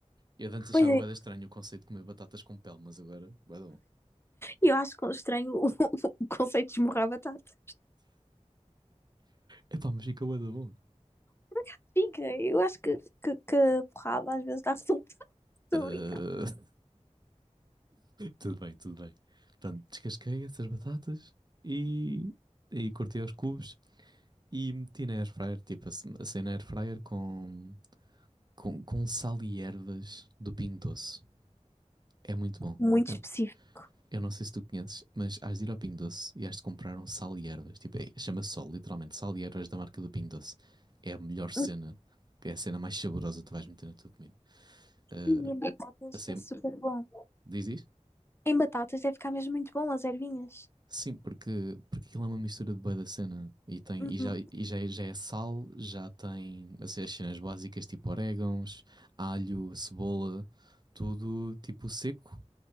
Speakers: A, on the right; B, on the left.
A: Eu antes achava
B: Pois é.
A: bué da estranho o conceito de comer batatas com pele, mas agora, bué da bom.
B: E Eu acho que estranho o, <laughs> o conceito de esmurrar a batata.
A: Epá, mas fica bué da bom.
B: Por acaso Fica. Eu acho que, que, que a porrada às vezes dá resultado. <laughs> Estou
A: Ah,
B: a brincar.
A: Tudo bem, tudo bem. Pronto, descasquei essas batatas e aí cortei aos cubos e meti na airfryer, tipo, ace- assei na airfryer com, com, com sal e ervas do Pingo Doce. É muito bom.
B: Muito
A: Eu-
B: específico.
A: Eu não sei se tu conheces, mas has de ir ao Pingo Doce e has de comprar um sal e ervas. Tipo, é- chama-se só, literalmente, sal e ervas da marca do Pingo Doce. É a melhor cena,
B: Hum,
A: é a cena mais saborosa que tu vais meter na tua comida. Ah,
B: E em batatas
A: assei,
B: é super bom.
A: diz, diz?
B: Em batatas deve ficar mesmo muito bom, as ervinhas.
A: Sim, porque, porque aquilo é uma mistura de bué da cena e, tem,
B: Uhum.
A: e, já, e já, já é sal, já tem assim, as cenas básicas tipo orégãos, alho, cebola, tudo tipo seco